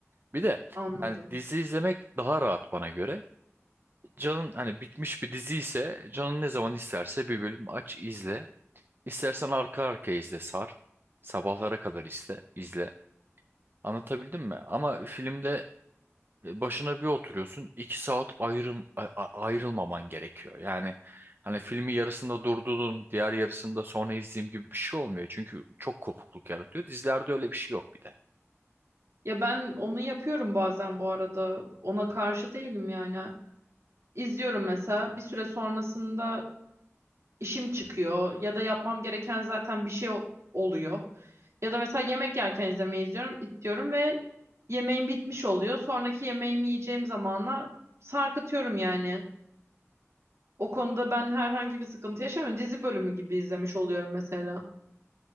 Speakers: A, on the right; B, on the right.
A: Bir de
B: Anladım.
A: hani dizi izlemek daha rahat bana göre. Canın hani bitmiş bir dizi ise canın ne zaman isterse bir bölüm aç izle. İstersen arka arkaya izle sar. Sabahlara kadar iste, izle. Anlatabildim mi? Ama filmde e, başına bir oturuyorsun, iki saat ayrım, a- a- ayrılmaman gerekiyor. Yani hani filmi yarısında durdurdun, diğer yarısında sonra izleyeyim gibi bir şey olmuyor. Çünkü çok kopukluk yaratıyor. Dizilerde öyle bir şey yok bir de.
B: Ya ben onu yapıyorum bazen bu arada. Ona karşı değilim yani. İzliyorum mesela bir süre sonrasında işim çıkıyor ya da yapmam gereken zaten bir şey o- oluyor. Ya da mesela yemek yerken izlemeyi izliyorum, diyorum ve yemeğim bitmiş oluyor. Sonraki yemeğimi yiyeceğim zamana sarkıtıyorum yani. O konuda ben herhangi bir sıkıntı yaşamıyorum. Dizi bölümü gibi izlemiş oluyorum mesela.